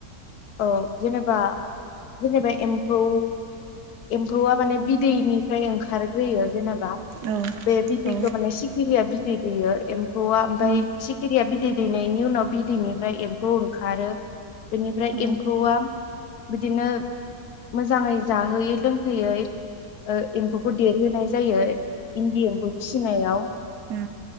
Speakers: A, on the left; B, on the right.
A: औ जेनेबा जेनेबा एम्फौ एम्फौआ माने बिदैनिफ्राय ओंखारग्रोयो जेनेबा
B: औ
A: बे बिदैखौ
B: औ
A: माने सिखिरिया बिदै दैयो एम्फौआ ओमफ्राय
B: उम
A: सिखिरिया बिदै बिद दै दैनायनि उनाव बिदैनिफ्राय एम्फौ ओंखारो बेनिफ्राय एम्फौआ
B: औ
A: बिदिनो मोजाङै जाहोयै लोंहोयै ओ एम्फौखौ देरहोनाय जायो। इन्दि एम्फौ फिसिनायाव
B: ओ